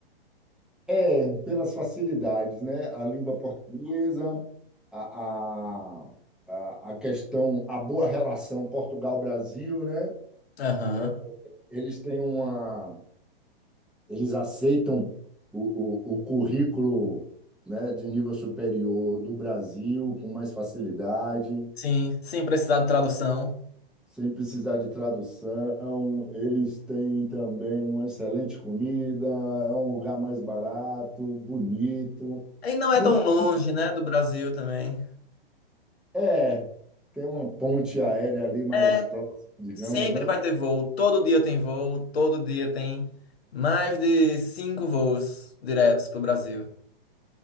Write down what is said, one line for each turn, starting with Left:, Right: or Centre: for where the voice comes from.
Centre: É, pelas facilidades, né? A língua portuguesa, a, a, a a questão, a boa relação Portugal-Brasil, né?
Left: Aham.
Centre: É, eles têm uma, eles aceitam o, o, o currículo, né, de nível superior do Brasil com mais facilidade,
Left: Sim, sem precisar de tradução.
Centre: sem precisar de tradução. Eles têm também uma excelente comida, é um lugar mais barato, bonito.
Left: E não é
Centre: Muito
Left: tão longe, né, do Brasil também.
Centre: É, tem uma ponte aérea ali mais
Left: É,
Centre: próxima, digamos,
Left: sempre
Centre: né?
Left: vai ter voo. Todo dia tem voo. Todo dia tem mais de cinco voos diretos pro Brasil.